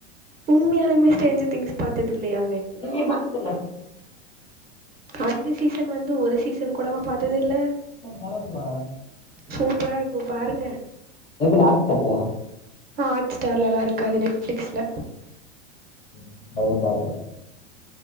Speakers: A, on the right; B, on the left.
A: உண்மயாலுமே ஸ்டேஞ்சர் திங்க்ஸ் பாத்ததில்லையா
B: டி வியே பாத்ததில்ல <inaudible>
A: அஞ்சு சீசன் வந்து ஒரு சீசன் கூடவா பாத்ததில்ல
B: நல்லாருக்குமா
A: சூப்பரா இருக்கு பாருங்க
B: எதுல ஹாட் ஸ்டார்லயா
A: ஹாட் ஸ்டார்லல்லா இருக்காது நெட்ஃப்ளிக்ஸ்ல
B: செரி மெதுவா பாக்குறே <inaudible>